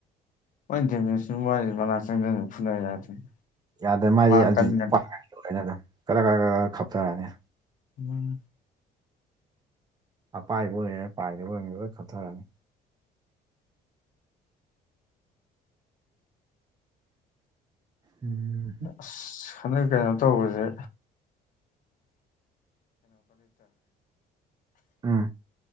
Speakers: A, on the left; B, on the right.
A: <unintelligible>
B: ꯌꯥꯗ꯭ꯔꯦ ꯃꯥꯗꯤ
A: ꯃꯥꯅ
B: ꯑꯜꯗꯤ
A: ꯀꯟꯒꯅꯤ
B: ꯄꯥꯏꯔꯒ ꯑꯗꯨꯝ ꯒꯔ ꯒꯔ ꯈꯞꯊꯔꯅꯤ꯫
A: <unintelligible>
B: ꯑꯄꯥꯏꯕ ꯑꯣꯏꯒꯦꯔꯥ ꯄꯥꯏꯗꯕ ꯑꯣꯏꯒꯦꯔꯥ ꯂꯣꯏ ꯈꯞꯊꯔꯅꯤ꯫ ꯎꯝ
A: ꯑꯁ ꯍꯟꯗ ꯀꯩꯅꯣ ꯇꯧꯕꯁꯦ
B: ꯎꯝ